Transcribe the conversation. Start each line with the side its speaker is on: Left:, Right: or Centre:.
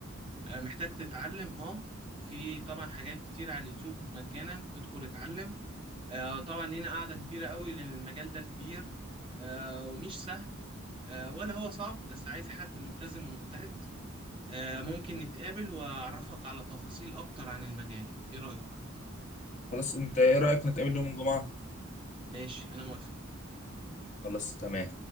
Right: آه، محتاج تتعلم اه في طبعا حاجات كتير على اليوتيوب مجانا ادخل اتعلم آه، طبعا لينا قاعدة كبيرة قوي لان المجال ده كبير آه، ومش سهل آه، ولا هو صعب بس عايز حد ملتزم ومجتهد آه، ممكن نتقابل واعرفك على تفاصيل اكتر عن المجال ايه رأيك
Left: خلاص انت ايه رأيك نتقابل يوم الجمعة
Right: ماشي انا موافق
Left: خلاص تمام